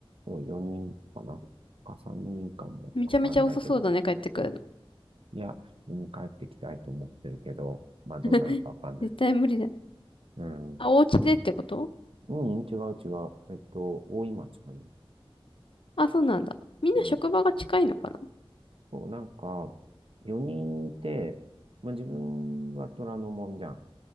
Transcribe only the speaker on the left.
めちゃめちゃ遅そうだね、帰ってくるの。
<laughs> 絶対無理だ。
あ、お家でってこと
あ、そうなんだ。みんな職場が近いのかな